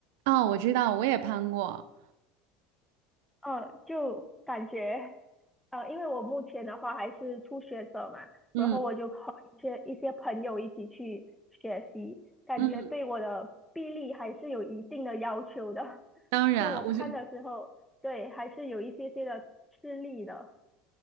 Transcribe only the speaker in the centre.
呃，就感觉，呃，因为我目前的话还是初学者嘛，
然后我就和一些一些朋友一起去学习，感觉对我的臂力还是有一定的要求的。
<laughs>
就我攀的时候，
对，还是有一些些的吃力的。